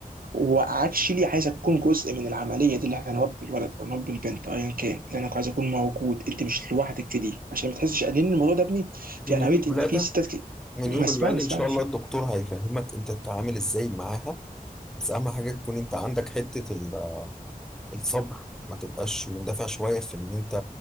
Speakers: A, on the right (about 70°); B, in the centre.
A: واكشلي عايز اكون جزء من العمليه دي اللي احنا نربي الولد او نربي البنت ايا كان اللي انا عايز اكون موجود انت مش لوحدك في دي عشان ما تحسش لان الموضوع ده ابني في
B: من
A: انا
B: يوم
A: قريت
B: الولاده
A: ان في ستات كده
B: من
A: ما
B: يوم
A: اسمعني
B: الولاده
A: اسمعني
B: ان شاء الله
A: شو
B: الدكتور هيفهمك انت تتعامل ازاي معاها بس اهم حاجه تكون انت عندك حته ال- الصبر ما تبقاش مندفع شويه في ان انت